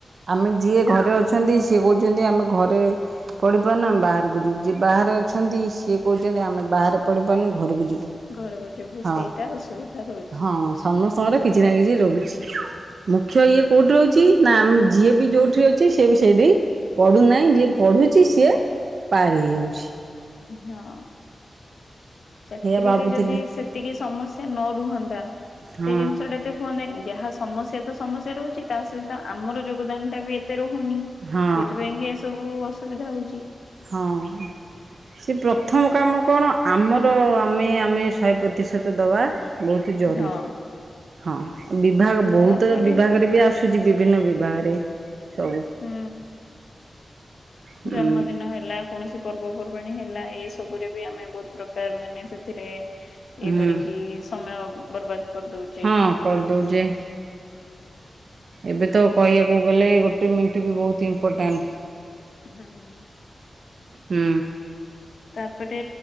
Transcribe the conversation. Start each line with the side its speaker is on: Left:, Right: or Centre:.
Right: ଆମେ ଯିଏ ଘରେ
Left: ହଁ
Right: ଅଛନ୍ତି ସିଏ କହୁଛନ୍ତି ଆମେ ଘରେ ପଢିପାରୁନୁ ଆମେ ବାହାରୁକୁ ଯିବୁ ଯିଏ ବାହାରେ ଅଛନ୍ତି ସିଏ କହୁଛନ୍ତି ଆମେ ବାହାରେ ପଢିପାରୁନୁ ଘରକୁ ଯିବୁ।
Left: ଘର ବା ଯୋଗୁ
Right: ହଁ
Left: ସେଇଟା ଅସୁବିଧା ରହୁଛି।
Right: ହଁ ସମସ୍ତଙ୍କର କିଛି ନା କିଛି ରହୁଛି ମୁଖ୍ୟ ଇଏ କୋଉଟି
Left: ତ
Right: ରହୁଚି? ନା ଆମ୍ ଯିଏ ବି ଯୋଉଠି ଅଛି ସିଏ ବି ସେଇଡି ପଢୁନାଇଁ ଯିଏ ପଢୁଛି ସିଏ ପାର୍ ହେଇଯାଉଛି।
Left: ହଁ ଚାକିରିରେ
Right: ଏଇଆ ଭାବୁଥିଲି
Left: ଯଦି ସେ ତିକି ସମସ୍ୟା ନ ରୁହନ୍ତା ସେଇ
Right: ହଁ
Left: ଜିନିଷଟା ଏତେ ହୁଅନ୍ତାନି ଯାହା ସମସ୍ୟା ତ ସମସ୍ୟା ରହୁଛି ତା ସହିତ ଆମର ଯୋଗଦାନଟା ବି ଏତେ ରହୁନି।
Right: ହଁ
Left: ଯୋଉଥିପାଇଁ କି ଏସବୁ ଅସୁବିଧା ହଉଛି।
Right: ହଁ। ସିଏ ପ୍ରଥମ କାମ କଣ ଆମର ଆମେ ଆମେ ଶହେ ପ୍ରତିଶତ ଦବା। ବୋହୁତୁ ଜରୁରୀ
Left: ହଁ
Right: ହଁ ବିଭାଗ ବୋହୁତ
Left: ତାପରେ
Right: ବିଭାଗରେ ବି ଆସ୍ ସୁଚି ବିଭିନ୍ନ ବିଭାଗେରେ ସବୁ।
Left: ହୁଁ।
Right: ହୁଁ
Left: ଜନ୍ମଦିନ ହେଲା କୌଣସି ପର୍ବପର୍ବାଣୀ ହେଲା ଏସବୁରେ ବି ଆମେ ବୋହୁତ ପ୍ରକାର ମାନେ ସେଥିରେ
Right: ହୁଁ
Left: ଇଏ କରିକି ସମୟ ବର୍ବାଦ କରିଦଉ
Right: ହଁ କରିଦଉଚେ। ଏବେ ତ କହିବାକୁ ଗଲେ ଗୋଟେ ମିନିଟ୍ ବି ବହୁତ ଇମ୍ପୋର୍ଟାଣ୍ଟ।
Left: ହଁ।
Right: ହୁଁ।
Left: ତାପରେ